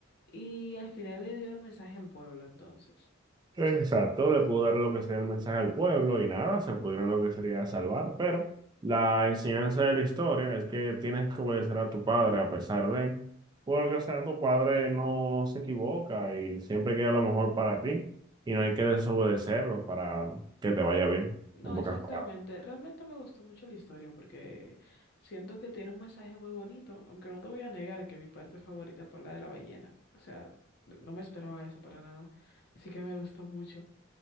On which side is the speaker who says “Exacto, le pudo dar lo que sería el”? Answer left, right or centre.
Right